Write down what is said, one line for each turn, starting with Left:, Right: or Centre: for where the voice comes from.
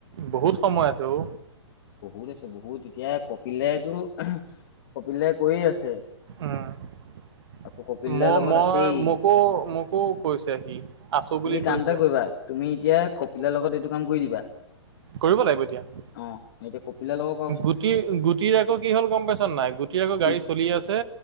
Right: বহুত সময় আছে অঔ।
Left: বহুত আছে বহুত এতিয়া কপিলেটো কপিলে কৈয়ে আছে।
Right: অ‍ঁ! <unintelligible>
Left: আকৌ কপিলদাৰ
Right: মই-মই
Left: লগত আছেই
Right: মোকো-মোকো কৈছে সি। আছো বুলি
Left: তুমি কাম
Right: কৈছে
Left: এটা কৰিবা তুমি এতিয়া কপিলৰ লগত এইটো কাম কৰি দিবা। <unintelligible>
Right: কৰিব লাগিব এতিয়া। <inaudible>
Left: অঁ! এতিয়া কপিলাৰ লগ <inaudible>
Right: গুটিৰ-গুটিৰ আকৌ কি হ'ল গম পাইছ নাই গুটিৰ আকৌ
Left: কি
Right: গাড়ী চলি আছে